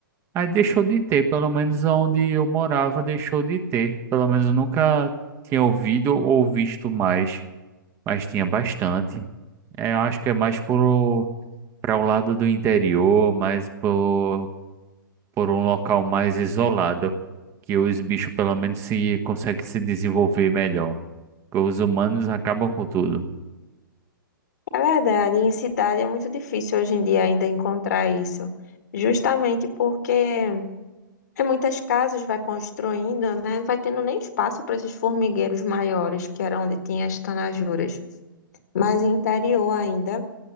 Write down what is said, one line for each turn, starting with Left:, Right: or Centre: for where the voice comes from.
Right: aí deixou de ter, pelo menos onde eu morava, deixou de ter. Pelo menos eu nunca tinha ouvido ou visto mais, mas tinha bastante. É, eu acho que é mais pro, para o lado do interior, mais por, por um local mais isolado, que os bichos pelo menos se conseguem se desenvolver melhor. Porque os humanos acabam com tudo.
Left: É verdade, em cidade é muito difícil hoje em dia ainda encontrar isso. Justamente porque em muitas casas vai construindo, né? Vai tendo nem espaço para esses formigueiros maiores, que era onde tinha as tanajuras. Mas interior ainda.